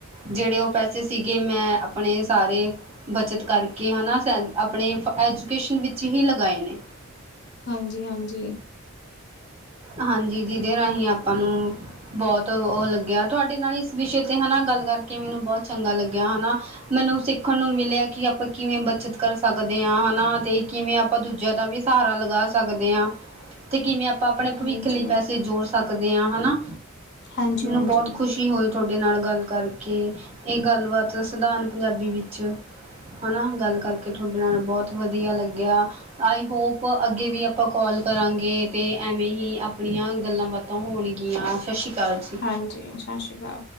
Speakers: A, on the right (about 30°); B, on the left (about 50°).
A: ਜਿਹੜੇ ਉਹ ਪੈਸੇ ਸੀਗੇ ਮੈਂ ਆਪਣੇ ਸਾਰੇ ਬੱਚਤ ਕਰਕੇ ਹੈਨਾ ਆਪਣੇ ਫ ਐਜੂਕੇਸ਼ਨ ਵਿੱਚ ਹੀ ਲਗਾਏ ਨੇ
B: ਹਾਂਜੀ -ਹਾਂਜੀ।
A: ਹਾਂਜੀ, ਜਿਹਦੇ ਰਾਹੀਂ ਆਪਾਂ ਨੂੰ ਬਹੁਤ ਉਹ ਲੱਗ ਤੁਹਾਡੇ ਨਾਲ ਇਸ ਵਿਸ਼ੇ ਤੇ ਹਨਾ ਗੱਲ ਕਰਕੇ ਮੈਨੂੰ ਬਹੁਤ ਚੰਗਾ ਲੱਗਿਆ ਹਨਾ ਮੈਨੂੰ ਸਿੱਖਣ ਨੂੰ ਮਿਲਿਆ ਕਿ ਆਪਾਂ ਕਿਵੇਂ ਬੱਚਤ ਕਰ ਸਕਦੇ ਹਾਂ ਹਨਾ ਤੇ ਕਿਵੇਂ ਆਪਾਂ ਦੂਜਿਆਂ ਦਾ ਵੀ ਸਹਾਰਾ ਲਗਾ ਸਕਦੇ ਹਾਂ। ਤੇ ਕਿਵੇਂ ਆਪਾਂ ਆਪਣੇ ਭਵਿੱਖ
B: ਹਾਂਜੀ
A: ਲਈ ਪੈਸੇ ਜੋੜ ਸਕਦੇ ਹਾਂ ਹਨਾ,
B: ਹਾਂਜੀ
A: ਮੈਨੂੰ
B: ਹਾਂਜੀ
A: ਬਹੁਤ ਖੁਸ਼ ਖੁਸ਼ੀ ਹੋਈ ਤੁਹਾਡੇ ਨਾਲ ਗੱਲ ਕਰਕੇ ਇਹ ਗੱਲਬਾਤ ਸਧਾਰਨ ਪੰਜਾਬੀ ਵਿੱਚ ਹਨਾ ਗੱਲ ਕਰਕੇ ਤੁਹਾਡੇ ਨਾਲ ਬਹੁਤ ਵਧੀਆ ਲੱਗਿਆ ਆਈ ਹੋਪ ਅੱਗੇ ਵੀ ਆਪਾਂ ਕਾਲ ਕਰਾਂਗੇ। ਇਹ ਤੇ ਐਵੇਂ ਹੀ ਆਪਣੀਆਂ ਗੱਲਾਂ ਬਾਤਾਂ ਹੋਣਗੀਆਂ। ਸਤਿ ਸ਼੍ਰੀ ਅਕਾਲ ਜੀ।
B: ਹਾਂਜੀ ਸਤਿ ਸ਼੍ਰੀ ਅਕਾਲ